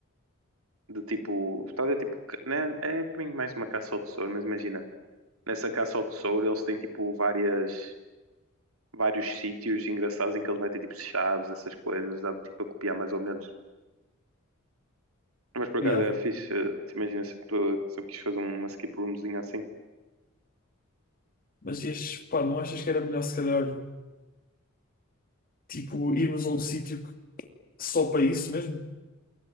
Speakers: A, on the right; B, on the left.
A: de tipo. Tal, é tipo. Né, é bem mais uma caça ao tesouro, mas imagina. Nessa caça ao tesouro eles têm tipo várias, vários sítios engraçados em que eles metem tipo chaves, essas coisas, dava tipo a copiar mais ou menos. Mas por
B: Yeah.
A: acaso era fixe, te imagina, sempre, sempre quis fazer uma skip roomzinha assim.
B: Mas ias, pá, não achas que era melhor se calhar, tipo, irmos a um sítio que- só para isso mesmo?